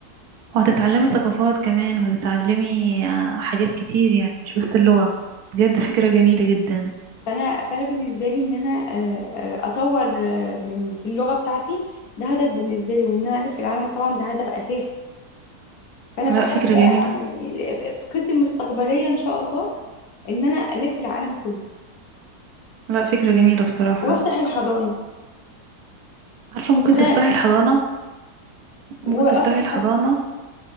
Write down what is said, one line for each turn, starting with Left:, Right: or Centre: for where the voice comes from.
Right: وهتتعلمي ثقافات كمان وهتتعلمي آه، حاجات كتير يعني مش بس اللغة بجد فكرة جميلة جدا
Left: فانا فانا بالنسبه لي ان انا آه، آه، اطور آه، من في اللغه بتاعتي ده هدف بالنسبه لي وان انا الف العالم طبعا ده هدف اساسي فانا بحط
Right: لا فكرة
Left: بقى
Right: جميلة
Left: يعني فكرتي المستقبليه ان شاء الله ان انا الف العالم كله
Right: لا فكرة جميلة بصراحة
Left: وافتح الحضانه
Right: عارفة ممكن
Left: وده
Right: تفتحي الحضانة
Left: وافتح
Right: ممكن تفتحي
Left: الحضانه
Right: الحضانة